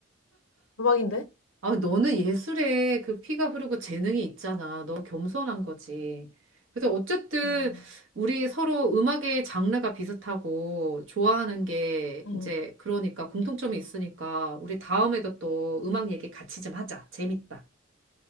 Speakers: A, on the left; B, on the right.
A: 대박인데?
B: 아 너는 예술에 그 피가 흐르고 재능이 있잖아 너 겸손한 거지 그래서 어쨌든
A: 어.
B: 우리 서로 음악의 장르가 비슷하고 좋아하는 게
A: 음,
B: 이제 그러니까 공통점이 있으니까 우리 다음에도 또 음악 얘기 같이 좀 하자 재밌다